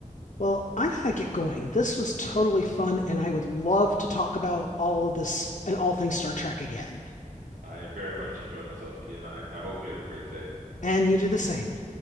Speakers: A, on the left; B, on the right.
A: Well, I gotta get going. This was totally fun, and I would love to talk about all of this and all things Star Trek again.
B: I very much enjoyed myself, Ian. I, I hope you have a great day.
A: And you do the same.